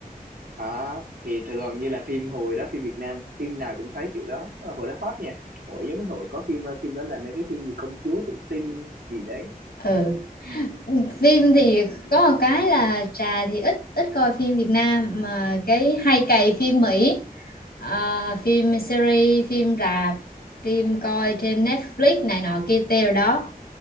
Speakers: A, on the right (about 80°); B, on the left (about 80°).
A: đó thì thường như là phim hồi đó phim Việt Nam phim nào cũng thấy kiểu đó nhưng mà hồi đó hot nha hồi giống như hồi có phim ờ, phim đó là mấy cái phim gì công chúa tự tin gì đấy
B: ừ
A: ừ.
B: phim thì có một cái là trà thì ít ít coi phim Việt Nam mà cái hay cày phim Mỹ Ờ, phim series phim rạp phim coi trên Netflix này nọ kia tê rồi đó